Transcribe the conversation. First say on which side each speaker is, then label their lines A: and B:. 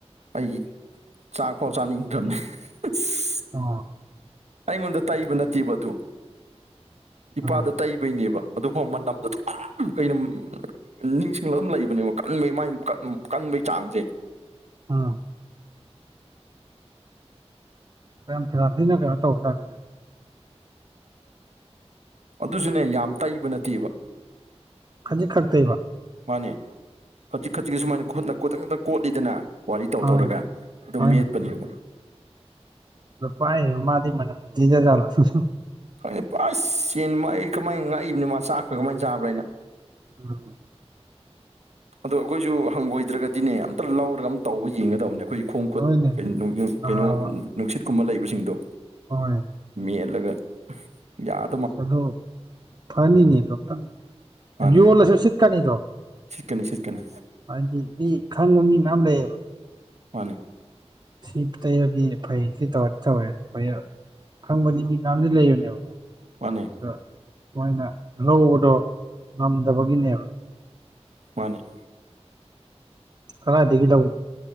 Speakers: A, on the right; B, on the right.
A: ꯑꯩ ꯆꯥꯛꯐꯥꯎ ꯆꯥꯅꯤꯡꯗ꯭ꯔꯕꯅꯦ ꯑꯁ
B: ꯑꯣ
A: ꯑꯩꯉꯣꯟꯗ ꯇꯩꯕ ꯅꯠꯇꯦꯕ ꯑꯗꯨ ꯏꯄꯥꯗ
B: ꯑꯥ
A: ꯇꯩꯕꯩꯅꯦꯕ ꯑꯗꯨꯐꯥꯎ ꯃꯅꯝꯗꯣ ꯑꯥ ꯀꯩꯅꯝ ꯅꯤꯡꯁꯤꯡꯂ ꯑꯝ ꯂꯩꯕꯅꯦꯕ ꯀꯟꯕꯩ ꯃꯥꯏ ꯀꯟ ꯀꯟꯕꯩ ꯆꯥꯡꯖ‌ꯦ
B: ꯎꯝ ꯀꯌꯥꯝ ꯀꯌꯥꯝ ꯊꯤꯅ ꯀꯩꯅꯣ ꯇꯧꯕꯖꯠꯅꯦ
A: ꯑꯗꯨꯖꯨꯅꯦ ꯌꯥꯝ ꯇꯩꯕ ꯅꯠꯇꯦꯕ
B: ꯈꯖꯤꯛ ꯈꯛ ꯇꯩꯕ
A: ꯃꯥꯅꯦ ꯈꯖꯤꯛ ꯈꯖꯤꯛ ꯁꯨꯃꯥꯏꯅ ꯈꯨꯠꯅ ꯈ‌ꯣꯠ ꯇ‌ꯪ ꯈꯇꯪ ꯀꯣꯠꯂꯤꯗꯅ ꯋꯥꯔꯤ ꯇꯧ
B: ꯍꯣꯏꯅꯦ
A: ꯇꯧꯔꯒ ꯑꯗꯨꯝ
B: ꯍꯣꯏꯅꯦ
A: ꯃꯦꯠꯄꯅꯦꯕ
B: ꯗꯣ ꯄꯥꯏꯔꯤꯕ ꯃꯥꯗꯤ ꯃꯅꯝ ꯅꯝꯊꯤꯗꯖꯥꯠꯂ
A: ꯐꯪꯗ‌ꯦ ꯄꯁ ꯆꯦꯟꯕ ꯑꯩ ꯀꯃꯥꯏ ꯉꯛꯏꯕꯅꯤ ꯃꯥ ꯆꯥꯛꯀ ꯀꯃꯥꯏꯟ ꯆꯥꯕ꯭ꯔꯥ ꯍꯥꯏꯅ
B: ꯎꯝ ꯎꯝ
A: ꯑꯗꯣ ꯑꯈꯣꯏꯖꯨ ꯍꯪꯒꯣꯏꯗ꯭ꯔꯒꯗꯤꯅꯦ ꯑꯝꯇ ꯂꯧꯔꯒ ꯑꯝ ꯇꯧꯕ ꯌꯦꯡꯒꯗꯝꯅꯦ ꯑꯈꯣꯏ ꯈꯣꯡ ꯈꯨꯠ
B: ꯍꯣꯏꯅꯦ
A: ꯀꯩ ꯅꯨ
B: ꯅꯥꯕ
A: ꯀꯩꯅꯣ ꯅꯨꯡꯁꯤꯠꯀꯨꯝꯕ ꯂꯩꯕꯁꯤꯡꯗꯣ
B: ꯍꯣꯏ
A: ꯃꯦꯠꯂꯒ ꯌꯥ
B: ꯑꯗꯣ ꯐꯅꯤꯅꯦꯗꯣ
A: ꯃꯥꯅꯦ
B: ꯑꯝ ꯌꯣꯜꯂꯁꯨ ꯁꯤꯠꯀꯅꯤꯗꯣ
A: ꯁꯤꯠꯀꯅꯤ ꯁꯤꯠꯀꯅꯤ
B: ꯑꯗꯤꯗꯤ ꯈꯪꯕ ꯃꯤ ꯃꯌꯥꯝ ꯂꯩꯌꯦꯕ
A: ꯃꯥꯅꯦ
B: ꯁꯤ ꯇꯩꯩꯔꯗꯤ ꯐꯩ ꯁꯤ ꯇꯧꯔꯗꯤ ꯇꯧꯋꯦ ꯐꯩꯌ‌ꯦꯕ ꯈꯪꯕꯗꯤ ꯃꯤ ꯃꯌꯥꯝꯗꯤ ꯂꯩꯕꯅꯦꯕꯀꯣ
A: ꯃꯥꯅꯦ
B: ꯗꯣ ꯃꯣꯏꯅ ꯂꯧꯕꯗꯣ ꯉꯝꯗꯕꯒꯤꯅꯦꯕ
A: ꯃꯥꯅꯦ
B: ꯀꯗꯥꯏꯗꯒꯤ ꯂꯧꯒꯅꯤ